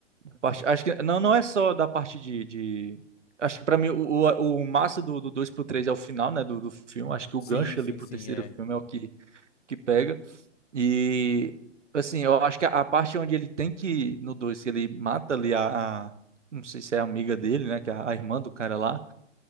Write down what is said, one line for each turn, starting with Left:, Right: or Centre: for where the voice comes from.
Right: Parte- Acho que não, não é só da parte de, de- Acho que pra mim o, o, o massa do, do 2 pro 3 é o final, né, do, do filme. Acho que o
Left: Sim,
Right: gancho
Left: sim,
Right: ali pro
Left: sim,
Right: terceiro
Left: é.
Right: filme é o que, que pega. E, assim, eu acho que a, a parte onde ele tem que... No 2 que ele mata ali a, a- Não sei se é a amiga dele, né, que é a, a irmã do cara lá.